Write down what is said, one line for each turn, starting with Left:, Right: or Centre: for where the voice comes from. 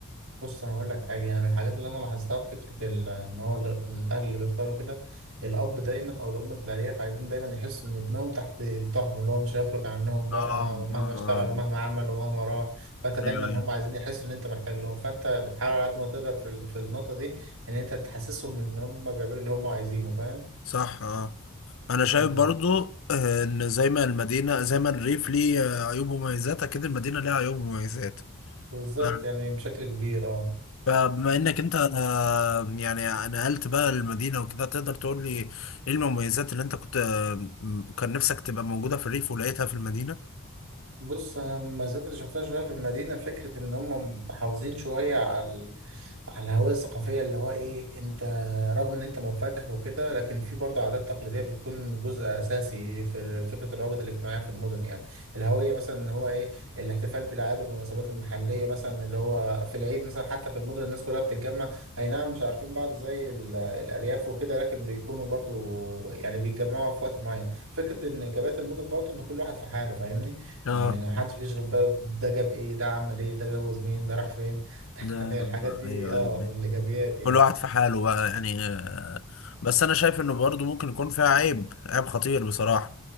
Right: بص انا هقول لك حاجه انا من الحاجات اللي انا لاحظتها في فكره ال- ان هو ال- الاهل اللي بيختاروا كده الاب دايما او الام في الارياف عايزين دايما يحسوا ان ابنهم تحت طاعتهم اللي هو مش هيخرج عنهم بقى
Left: اه آه،
Right: مهما اشتغل
Left: آه.
Right: ومهما عمل ومهما راح فانت دايما
Left: ايوه أيوة.
Right: هم عايزين يحسوا ان انت محتاج لهم فانت بتحاول على قد ما تقدر في ال- في النقطه دي ان انت تحسسهم ان هم بيعملوا اللي هم عايزينه فاهم
Left: صح اه انا
Right: امم
Left: شايف برضو آه، ان زي ما المدينه زي ما الريف ليه آه، عيوب ومميزات اكيد المدينه ليها عيوب ومميزات
Right: بالظبط
Left: ف-
Right: يعني بشكل كبير اه
Left: فبما انك انت آه، يعني نقلت بقى المدينه وكده تقدر تقول لي ايه المميزات اللي انت كنت آه، م- كان نفسك تبقى موجوده في الريف ولقيتها في المدينه
Right: بص انا المزايا اللي شفتها شويه في المدينه فكره ان هم محافظين شويه على ال- على الهويه الثقافيه اللي هو ايه انت رغم ان انت منفتح وكده لكن في برضه عادات تقليديه بتكون جزء اساسي في فكره الروابط الاجتماعيه في المدن يعني الهويه مثلا ان هو ايه الاحتفال بالاعياد والمناسبات المحليه مثلا اللي هو في العيد مثلا حتى في المدن الناس كلها بتتجمع اي نعم مش عارفين بعض زي ال- الارياف وكده لكن بيكونوا برضه يعني بيتجمعوا في وقت معين فكره ان اجابات المدن برضه ان كل واحد في حاله فاهمني
Left: اه
Right: يعني محدش بيشغل باله ده جاب ايه ده عمل ايه ده جوز مين ده راح فين <laughs>
Left: ده
Right: الحاجات دي
Left: ايوه
Right: اه
Left: ايوه ايوه
Right: من الايجابيات يعني
Left: كل واحد في حاله بقى يعني آه، بس انا شايف انه برضه ممكن يكون فيها عيب عيب خطير بصراحة